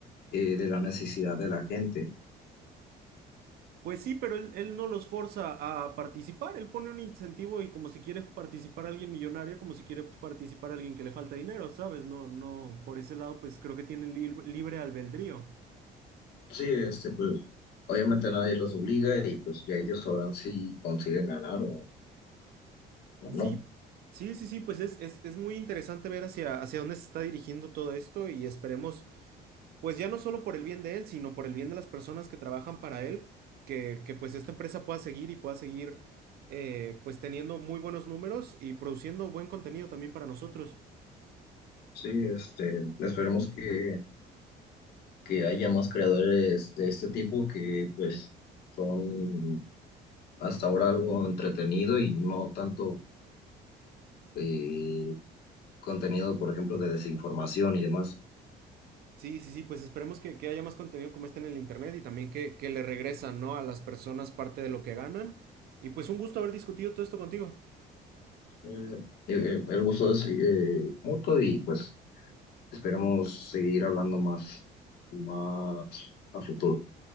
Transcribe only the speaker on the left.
eh, de la necesidad de la gente.
Sí, este, pues obviamente nadie los obliga y pues ya ellos sabrán si consiguen ganar o, o
no.
Sí, este, esperemos que, que haya más creadores de este tipo que pues son hasta ahora algo entretenido y no tanto eh, contenido, por ejemplo, de desinformación y demás.
El, eh, eh, el gusto es eh, mutuo y pues esperamos seguir hablando más, más a futuro.